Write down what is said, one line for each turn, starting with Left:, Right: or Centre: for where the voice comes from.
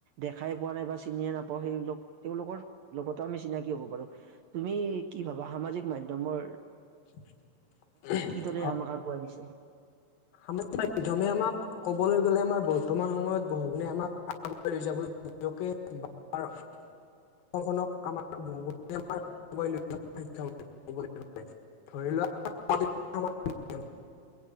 Right: দেখাই পোৱা নাই বা চিনিয়ে নাপাওঁ সেইবলোক তেওঁলোকৰ লগতো আমি চিনাকি হব পাৰোঁ, তুমি কি ভাবা সামাজিক মাধ্যমৰ
Left: <unintelligible>
Right: তো আমাক আগুৱাই দিছে।
Left: সামাজিক মাধ্যমে আমাক, ক'বলৈ গ'লে আমাৰ ব বৰ্তমান সময়ত বহুগুণে আমাক আগ লৈ যাবকে <unintelligible> অসমখনক আমাৰ <unintelligible> ধৰি লোৱা <unintelligible>